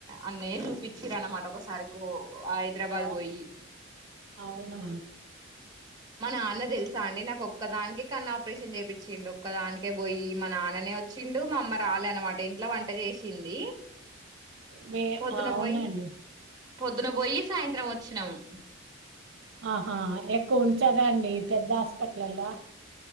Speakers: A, on the right (about 20°); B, on the right (about 60°).
A: అన్నయ్య చూపించర అనమాట ఒకసారి కో హైదరాబాద్
B: అవ్
A: పోయి
B: అవునా
A: మా నాన్న తెలుసా అండి నాకొక్ ఒక్కదానికే కన్నాపరేషన్ చేపించిండు ఒక్కదానికే పోయి మా నాన్ననే వచ్చిండు. మా అమ్మ రాలే అనమాట ఇంట్లో వంట చేసింది
B: మీ
A: పొద్దున
B: అవునండి
A: పోయి, పొద్దున పోయి సాయంత్రం వచ్చినాము.
B: ఆహా ఎక్కువ ఉంచారా అండి పెద్ద హాస్పిటల్ లల్లో